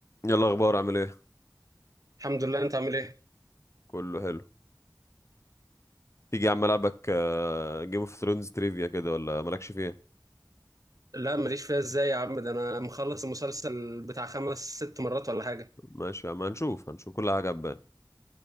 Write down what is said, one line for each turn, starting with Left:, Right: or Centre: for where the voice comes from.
Left: يلا اخبار عامل ايه
Right: الحمد لله انت عامل ايه
Left: كله حلو تيجي يا عم العبك جيم اوف ثرونز تريفيا كده ولا مالكش فيه
Right: لا ماليش فيها ازاي يا عم ده انا مخلص المسلسل بتاع خمس ست مرات ولا حاجه
Left: ماشي يا عم هنشوف هنشوف كل حاجه هتبان